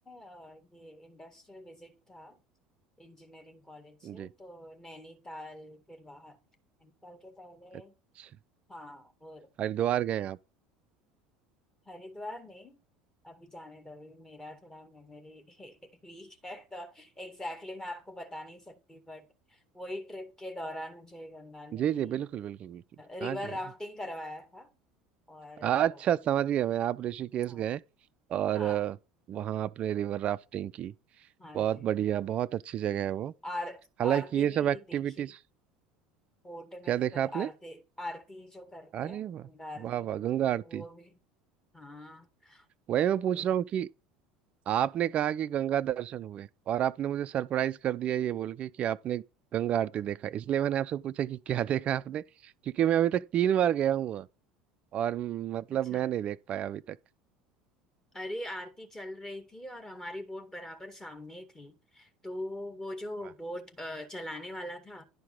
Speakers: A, on the left; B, on the right.
A: अ, ये इंडस्ट्रियल विजिट था इंजीनियरिंग कॉलेज से
B: जी
A: तो नैनीताल फिर वहाँ नैनीताल के पहले
B: अच्छा
A: हाँ वो
B: हरिद्वार गए आप
A: हरिद्वार नहीं अभी जाने दो अभी मेरा थोड़ा मेमोरी <laughs> वीक है तो एग्जैक्टली exactly मैं आपको बता नहीं सकती बट वही ट्रिप के दौरान मुझे गंगा नदी
B: जी जी बिल्कुल बिल्कुल बिल्कुल
A: रिवर
B: हाँ जी
A: राफ्टिंग
B: हाँ जी
A: करवाया था और
B: अच्छा
A: तो
B: समझ गया मैं आप ऋषिकेश
A: हाँ
B: गए और
A: हाँ
B: अ, वहाँ आपने रिवर राफ्टिंग की
A: हाँ
B: बहुत
A: जी
B: बढ़िया बहुत अच्छी जगह है वो
A: आर
B: हालांकि
A: आरती
B: ये
A: भी
B: सब एक्टिविटीज
A: देखी कोर्ट में
B: क्या देखा
A: थे तब
B: आपने
A: आरती आरती जो करते
B: अरे
A: हैं
B: वाह
A: गंगा आरती
B: वाह
A: तो
B: वाह गंगा आरती
A: वो भी हाँ
B: वही मैं पूछ
A: तो
B: रहा हूँ कि आपने कहा
A: हम्म,
B: कि गंगा दर्शन हुए और आपने मुझे सरप्राइज कर दिया ये बोल के कि आपने गंगा आरती देखा इसलिए मैंने आपसे पूछा कि क्या <laughs> देखा आपने क्योंकि मैं अभी तक तीन बार गया हूँ वहाँ और म, मतलब
A: अच्छा
B: मैं नहीं देख पाया अभी तक
A: अरे आरती चल रही थी और हमारी बोट बराबर सामने ही थी तो वो जो
B: वाह।
A: बोट अ, चलाने वाला था